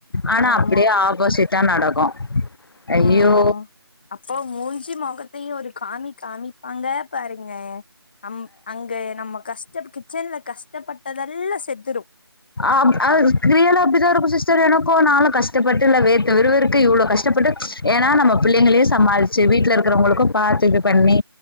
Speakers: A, on the left; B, on the left.
A: ஆனா
B: ஆமா
A: அப்டியே ஆப்போசிட் டா நடக்கு ஐயோ
B: ம் ம் அப்போ மூஞ்சு மொகத்தையு ஒரு காமி காமிப்பாங்க பாருங்க அம் அங்க நம்ம கஷ்ட கிச்சன்ல கஷ்ட பட்டதெல்லா செத்துரு
A: ஆப் அ ரியலா அப்டிதா இருக்கு சிஸ்டர் எனக்கு நானு கஷ்டப்பட்டு இல்ல வேர்த்து விறுவிறுக்க இவ்ளோ கஷ்டப்பட்டு ஏன்னா நம்ம புள்ளைங்களையு சமாளிச்சு வீட்ல இருக்கறவுங்களுக்கு பார்த்து இப்டி பண்ணி